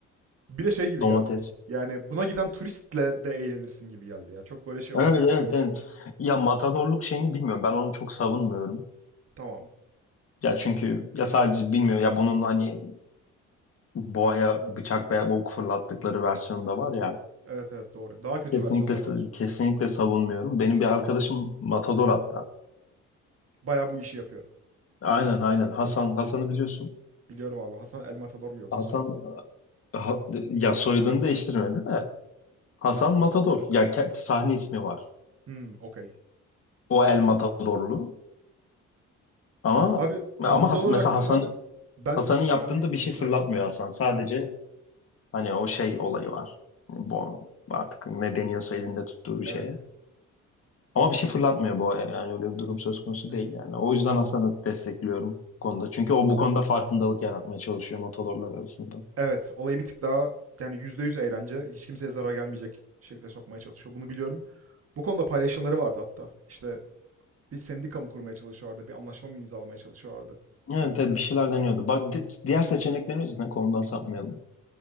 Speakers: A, on the right; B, on the left.
A: Bir de şey gibi
B: Domates.
A: geldi. Yani buna giden turistle de eğlenirsin gibi geldi ya. Çok böyle şey olmaz
B: Evet
A: yani.
B: evet evet. Ya matadorluk şeyini bilmiyorum. Ben onu çok savunmuyorum.
A: Tamam.
B: Ya çünkü ya sadece bilmiyorum ya bunun hani boğaya bıçak veya ok fırlattıkları versiyonu da var ya.
A: Evet evet doğru. Daha kötü
B: Kesinlikle
A: versiyonları var.
B: kesinlikle savunmuyorum. Benim bir arkadaşım Matador hatta.
A: Bayağı bu işi yapıyor.
B: Aynen aynen Hasan Hasan'ı biliyorsun.
A: Biliyorum abi. Hasan El Matador mu yoksa
B: Hasan
A: soyadı da?
B: ha- ya soyadını değiştirmedi de Hasan Matador. Ya ke- sahne ismi var.
A: Hmm, okey.
B: O El Matadorlu. Ama
A: Abi matadorlar
B: ama Has- mesela
A: hakkında
B: Hasan
A: ben
B: Hasan'ın
A: öğrendiğim
B: yaptığında bir
A: bir şey
B: şey
A: söyleyeyim.
B: fırlatmıyor Hasan. Sadece hani o şey olayı var. Bu artık ne deniyorsa elinde tuttuğu bir
A: Evet.
B: şeye. Ama bir şey fırlatmıyor bu aya yani öyle bir durum söz konusu değil yani. O yüzden Hasan'ı destekliyorum bu konuda. Çünkü o bu konuda farkındalık yaratmaya çalışıyor motorlar arasında.
A: Evet, olayı bir tık daha yani %100 eğlence, hiç kimseye zarar gelmeyecek şekilde sokmaya çalışıyor. Bunu biliyorum. Bu konuda paylaşımları vardı hatta. İşte bir sendika mı kurmaya çalışıyorlardı, bir anlaşma mı imzalamaya çalışıyorlardı
B: Yani
A: devletle.
B: tabii bir şeyler deniyordu. Bak di- diğer seçeneklerimiz ne? Konudan sapmayalım.